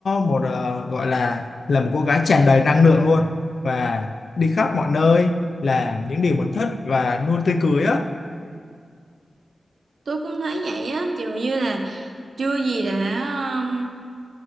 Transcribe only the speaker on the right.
Tôi cũng thấy vậy á, kiểu như là chưa gì đã um,